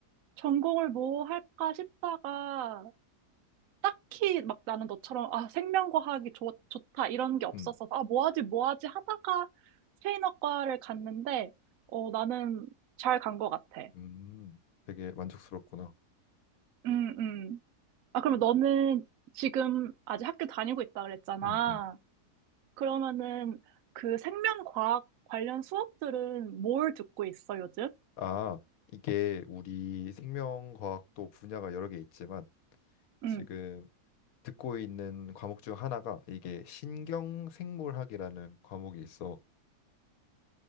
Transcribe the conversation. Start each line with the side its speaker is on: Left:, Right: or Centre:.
Right: 전공을 뭐 할까 싶다가 딱히 막 나는 너처럼 아 생명과학이 좋, 좋다 이런 게 없었어서
Left: 음,
Right: 아 뭐 하지 뭐 하지 하다가 스페인어과를 갔는데 어 나는 잘 간 것 같아.
Left: 음. 되게 만족스럽구나.
Right: 음, 음. 아 그러면 너는 지금 아직 학교 다니고 있다 그랬잖아.
Left: 음, 음.
Right: 그러면은 그 생명과학 관련 수업들은 뭘 듣고 있어 요즘?
Left: 아, 이게 우리 생명과학도 분야가 여러 개 있지만
Right: 응응응.
Left: 지금 듣고 있는 과목 중 하나가 이게 신경생물학이라는 과목이 있어.